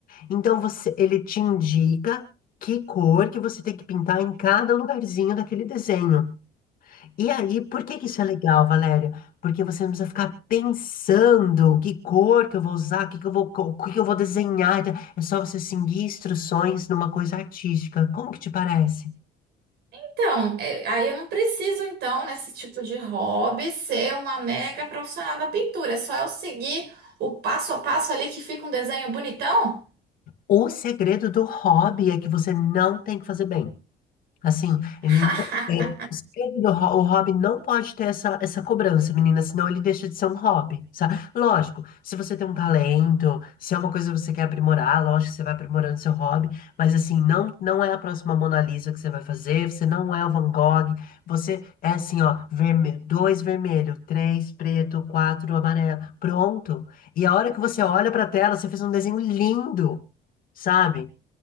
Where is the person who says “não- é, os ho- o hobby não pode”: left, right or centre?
Left